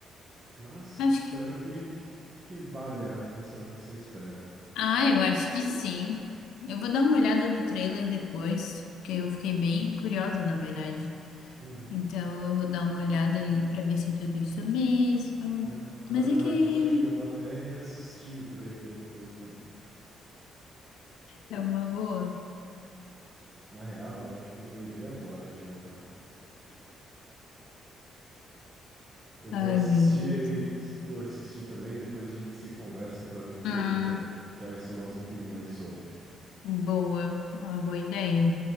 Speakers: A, on the right; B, on the left.
A: Mas
B: Acho
A: espero
B: que...
A: que, que, que valha essa, essa espera, viu?
B: Ah, eu acho que sim. Eu vou dar uma olhada do trailer depois, porque eu fiquei bem curiosa, na verdade.
A: Uhum,
B: Então eu vou dar uma olhada ali pra ver se é tudo isso mesmo.
A: né? Vai
B: Mas
A: lá,
B: é que
A: eu acho
B: é um,
A: que eu vou até reassistir o trailer depois também.
B: é uma boa.
A: Na real, eu acho que eu vou ir ver agora já, então. Eu
B: Ai,
A: vou assistir
B: meu Deus.
A: e se tu assistir também, depois a gente se conversa pra ver o que
B: Hum,
A: que a gente, quais são as opiniões sobre.
B: boa. É uma boa ideia.